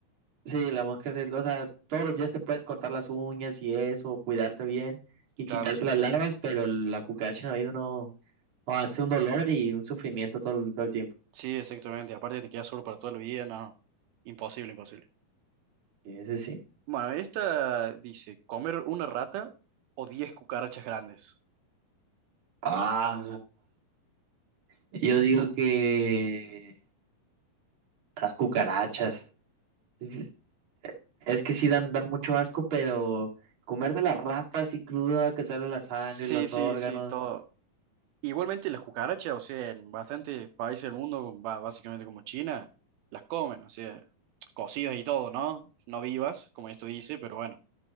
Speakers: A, on the right; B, on the right.
A: Sí, la mosca es, el- o sea, todos los días te puedes cortar las uñas y eso, cuidarte bien y
B: Claro,
A: quitarte
B: sí,
A: las
B: sí.
A: larvas, pero la cucaracha en el oído no, no, hace un dolor y un sufrimiento todo, el- todo el tiempo.
B: Sí, exactamente. Aparte te quedas sordo para toda la vida, no. Imposible, imposible.
A: Ese sí.
B: Bueno, esta dice, comer una rata o 10 cucarachas grandes.
A: Ah, yo digo que las cucarachas. Es, es que sí dan, dan mucho asco, pero comer de las ratas y cruda, que sale la sangre,
B: Sí,
A: los
B: sí,
A: órganos.
B: sí, todo. Igualmente las cucarachas, o sea, en bastantes países del mundo, ba- básicamente como China, las comen, o sea, cocidas y todo, ¿no? No vivas, como esto dice, pero bueno,